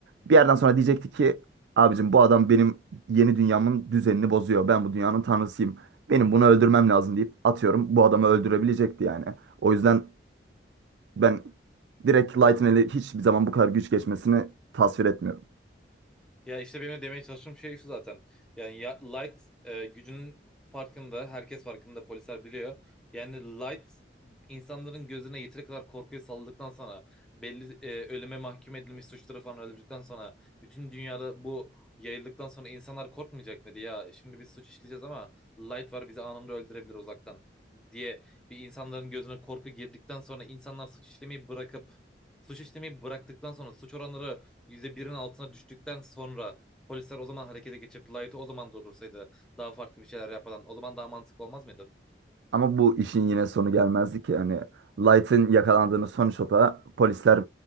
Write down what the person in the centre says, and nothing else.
Ya işte benim de demeye çalıştığım şey şu zaten. Yani ya, Light e, gücünün farkında, herkes farkında, polisler biliyor. Yani Light insanların gözüne yeteri kadar korkuyu saldıktan sonra, belli e, ölüme mahkum edilmiş suçları falan öldürdükten sonra, bütün dünyada bu yayıldıktan sonra insanlar korkmayacak mıydı? Ya şimdi biz suç işleyeceğiz ama Light var bizi anında öldürebilir uzaktan diye bir insanların gözüne korku girdikten sonra insanlar suç işlemeyi bırakıp suç işlemeyi bıraktıktan sonra suç oranları %1'in altına düştükten sonra polisler o zaman harekete geçip Light'ı o zaman durdursaydı daha farklı bir şeyler yapmadan o zaman daha mantıklı olmaz mıydı?